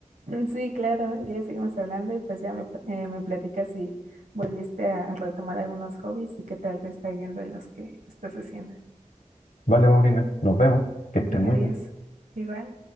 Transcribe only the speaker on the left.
Vale, Paulina, nos vemos, que
estés muy
bien.